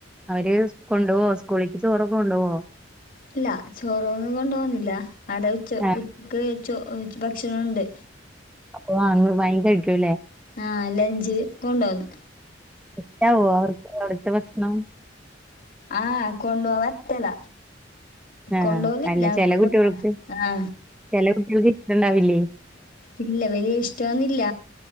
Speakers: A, in the centre; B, on the left (about 50°).
A: അവര് കൊണ്ടു പോവാ സ്കൂളിക്ക് ചോറൊക്കെ കൊണ്ടു പോവോ
B: ഇല്ല ചോറൊ ഒന്നും കൊണ്ടൊവുനില്ല അടെ ഉച്ച
A: ആഹ്
B: ഉച്ചക്ക് ചോ ഭക്ഷണണ്ട്
A: അപ്പൊ അങ്ങ് ഭയ കഴിക്കൂല്ലേ
B: ആഹ് ലഞ്ച് കൊണ്ടൊന്ന്
A: ന്നാവൊ അവർക്ക് അവിടുത്തെ ഭക്ഷണം
B: ആഹ് കൊണ്ട പോ വറ്റല
A: ആഹ്
B: കൊണ്ടപോലില്ല
A: അല്ല ചെല
B: കൊണ്ട
A: കുട്ടികൾക്ക്
B: പോവാ ആ
A: ചെല കുട്ടികൾക്ക് ഇഷ്ടുണ്ടാവില്ലേ
B: ഇല്ല വലിയ ഇഷ്ടന്നില്ല